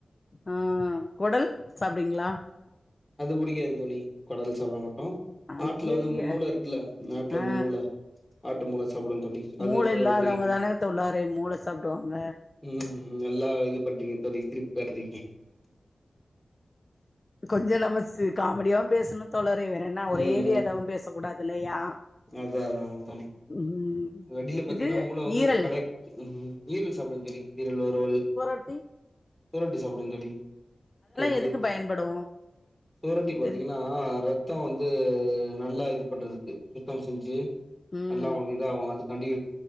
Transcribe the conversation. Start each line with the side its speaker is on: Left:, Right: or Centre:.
Left: ஆ கொடல் சாப்புடுவிங்களா
Centre: அது பிடிக்காது தோழி குடல் சாப்பிட மாட்டோ
Left: ஐய்யய்ய
Centre: ஆட்டுல வந்து மூளை இருக்குல்ல ஆட்டுல
Left: ஆ
Centre: வந்து மூளை ஆட்டு மூளை சாப்புடுவே தோழி
Left: மூளை
Centre: சுவரொட்டி
Left: இல்லாதவங்க தானே தோழரே மூளை சாப்டுவாங்க
Centre: ம் நல்லா இது பண்றீங்க தோழி சிரிப்பு காட்டுறீங்க
Left: கொஞ்ச நம்ம ஸ் காமெடியாவு பேசணும் தோழரே வே என்ன ஒரேடியதாவு
Centre: ம் ம்
Left: பேச கூடாது இல்லையா
Centre: அதா அதான் தோழி
Left: ம்
Centre: <unintelligible> பாத்தீங்கன்னா
Left: இது
Centre: மூளை வந்து
Left: ஈரல்
Centre: கடை ஈரல் சாப்பிடுவே தோழி ஈரல் வருவல்
Left: ரொட்டி
Centre: சுவரொட்டி சாப்பிடுவன் தோழி <unintelligible>
Left: எதுக்கு பயன்படு
Centre: சுவரொட்டி பாத்தீங்கன்னா
Left: தெரி
Centre: ஆ ரத்தம் வந்து நல்லா இது பண்றதுக்கு சுத்தம் செஞ்சி
Left: ம்
Centre: நல்லா உங்களுக்கு இதாகு அதுக்காண்டி